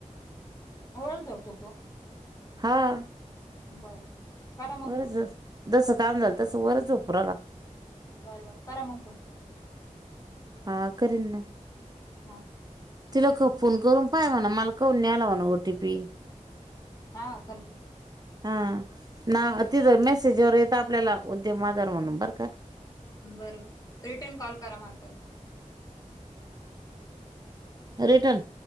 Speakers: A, on the left; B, on the right.
A: वर झोपतो तो.
B: हां.
A: बर बर. करा मग
B: वरच
A: फोन
B: जस काम झालं, तस वरच झोपू रायला.
A: बर बर, करा मग फोन.
B: हा करींना.
A: ह्म.
B: तिलाक फोन करून पाय, म्हणा मला कामून नई आला ओटीपी?
A: हा करते.
B: हा ना तिथं मेसेजवर येत आपल्याला, उद्यम आधार म्हणून, बरं का.
A: बर बर, रिटर्न कॉल करा मला परत.
B: रिटन?